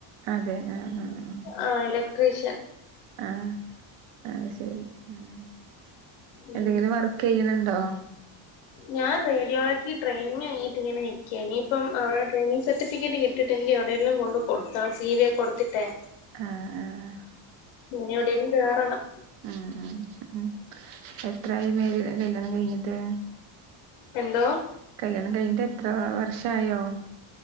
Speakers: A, on the right (about 70°); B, on the left (about 75°).
A: അതെ ആഹ് ആഹ്
B: ആ ഇലക്ട്രീഷ്യൻ
A: ആഹ് അത് ശരി അഹ്എന്തെങ്കിലും
B: ഉം
A: വർക്ക് ചെയ്യ്ണ് ണ്ടോ?
B: ഞാൻ റേഡിയോളജി ട്രയിനിങ് കഴിഞ്ഞിട്ട് ഇങ്ങനെ നിക്കേനി ഇപ്പം അ ട്രെയിനിങ് സർട്ടിഫിക്കറ്റ് കി ഇട്ട്ട്ടെനിക്ക് അവിടെയെല്ലാം കൊണ്ട് കൊട്ത്ത സി വി യെ കൊട്ത്തിട്ടെ
A: ആഹ് ആഹ്
B: ഇനി എവിടെങ്കിലും കേറണം
A: ഉം ഉം ഉം എത്ര ആയിമേകല്യാണം കഴിഞ്ഞിട്ട്?
B: എന്തോ?
A: കല്യാണം കഴിഞ്ഞിട്ട് എത്ര വർഷായോ?